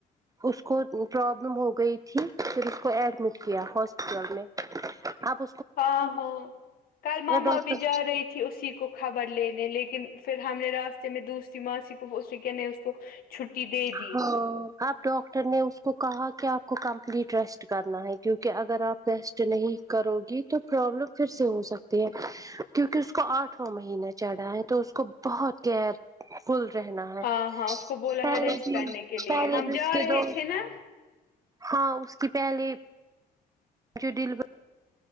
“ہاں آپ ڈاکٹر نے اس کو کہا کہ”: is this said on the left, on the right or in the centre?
Right